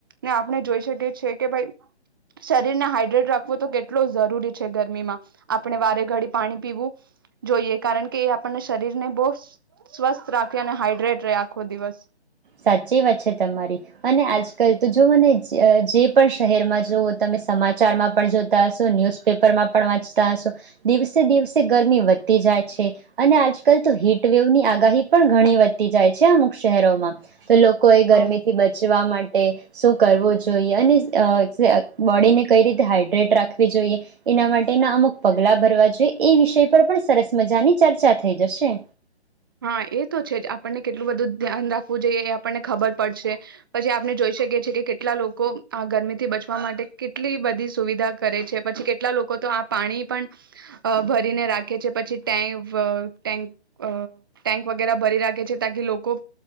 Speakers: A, on the right; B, on the right.
A: ને આપણે જોઈ શકીએ છીએ કે ભાઈ શરીરને હાઈડ્રેટ રાખવું તો કેટલો જરૂરી છે ગરમીમાં. આપણે વારે ઘડી પાણી પીવું જોઈએ કારણ કે એ આપણને શરીરને બહુ સ્વસ્થ રાખે અને હાઈડ્રેટ રહે આખો દિવસ.
B: સાચી વાત છે તમારી અને આજકાલ તો જો મને જે પણ શહેરમાં જુવો તમે સમાચારમાં પણ જોતા હશો, ન્યૂઝપેપરમાં પણ વાંચતા હશો, દિવસે દિવસે ગરમી વધતી જાય છે અને આજકાલ તો હીટવેવની આગાહી પણ ઘણી વધતી જાય છે અમુક શહેરોમાં. તો લોકોએ ગરમીથી
A: હ
B: બચવા માટે શું કરવું જોઈએ અને બોડીને કઈ રીતે હાઈડ્રેટ રાખવી જોઈએ, એના માટેના અમુક પગલા ભરવા જોઈએ. એ વિષય પર પણ સરસ મજાની ચર્ચા થઈ જશે.
A: હા એ તો છે જ આપણને કેટલું બધું ધ્યાન રાખવું જોઈએ એ આપણને ખબર પડશે. પછી આપણે જોઈ શકીએ છીએ કે કેટલા લોકો આ ગરમીથી બચવા માટે કેટલી બધી સુવિધા કરે છે, પછી કેટલા લોકો તો આ પાણી પણ ભરીને રાખે છે, પછી ટેન્ક-અ-ટેન્ક ટેન્ક વગેરા ભરી રાખે છે તાકી લોકો